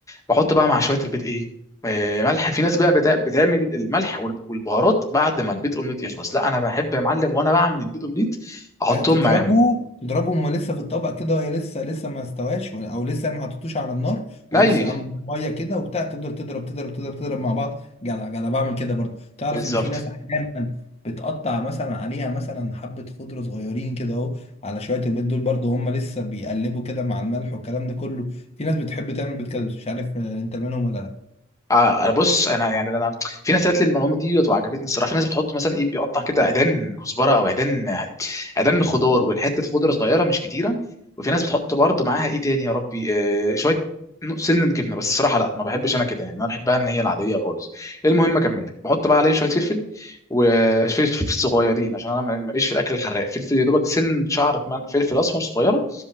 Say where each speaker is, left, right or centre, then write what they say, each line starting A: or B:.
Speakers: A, on the left; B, on the left.
A: بحط بقى مع شويه البيض ايه آه، ملح في ناس بقى بتا- بتعمل الملح وال- والبهارات بعد ما البيض اومليت يخلص لا انا بحب يا معلم وانا بعمل البيض اومليت احطهم
B: أيوة، تضربه
A: معاهم
B: تضربه وهو لسه في الطبق كده وهي لسه لسه ما استواش ولا- او لسه يعني ما حطيتوش على النار
A: ني
B: وهو لسه عامل ميه كده وبتاع تفضل تضرب تضرب تضرب تضرب مع بعض جدع جدع بعمل كده برضه تعرف
A: بالظبط
B: ان في ناس احيانا بتقطع مثلا عليها مثلا حبه خضره صغيرين كده اهو على شويه البيض دول برضه هم لسه بيقلبوا كده مع الملح والكلام ده كله في ناس بتحب تعمل بيض كده بس مش عارف آه، انت منهم ولا لا
A: اه آه، بص انا يعني انا في ناس قالت لي المعلومه دي وعجبتني الصراحه في ناس بتحط مثلا ايه بيقطع كده عيدان كزبره او عيدان عيدان خضار والحته خضره صغيره مش كتيره وفي ناس بتحط برضه معاها ايه تاني يا ربي آه شويه نوع- سنه جبنه بس الصراحه لا ما بحبش انا كده يعني انا بحبها ان هي العاديه خالص المهم اكمل لك بحط بقى عليه شويه فلفل وفلفل صغيرين عشان انا ماليش في الاكل الحراق فلفل يا دوبك سن شعره مل- فلفل اسمر صغيره